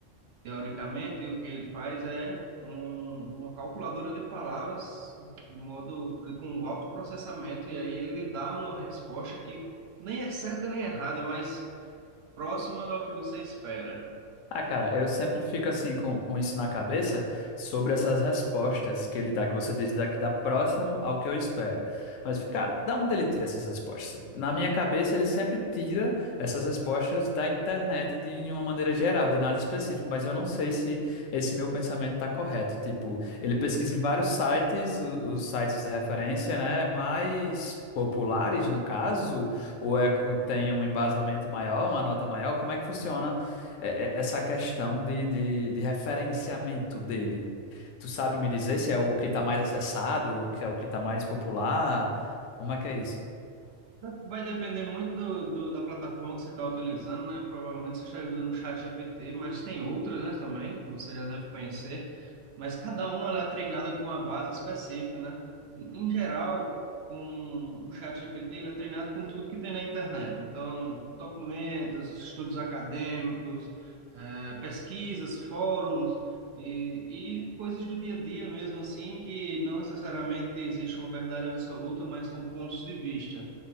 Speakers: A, on the right (about 65°); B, on the left (about 90°).
A: teoricamente, o que ele faz é um, uma calculadora de palavras de modo com um alto processamento, e aí ele lhe dá uma resposta que nem é certa nem errada, mas próxima do que você espera,
B: Ah, cara, eu sempre fico assim com, com isso na cabeça sobre essas respostas que ele dá, que você diz daqui dá próximo ao que eu espero. Mas, cara, da onde ele tira essas respostas? Na minha cabeça, ele sempre tira essas respostas da internet de uma maneira geral, de nada específico. Mas eu não sei se esse meu pensamento está correto. Tipo, ele pesquisa em vários sites, o- os sites de referência, né? Mais populares, no caso, ou é que tem um embasamento maior, uma nota maior? Como é que funciona? é- é- essa questão de, de, de referenciamento dele. Tu sabe me dizer se é o que está mais acessado, que é o que está mais popular? Como é que é isso?
A: Vai depender muito do, do- da plataforma que você está utilizando, né? Provavelmente você está usando o ChatGPT, mas tem outras, né, também, que você já deve conhecer. Mas cada uma ela é treinada com uma base específica, né? Em geral, com o ChatGPT ele é treinado com tudo que tem na internet. Então, documentos, estudos acadêmicos, eh, pesquisas, fóruns e, e coisas do dia a dia mesmo assim, que não necessariamente existe uma verdade absoluta, mas são pontos de vista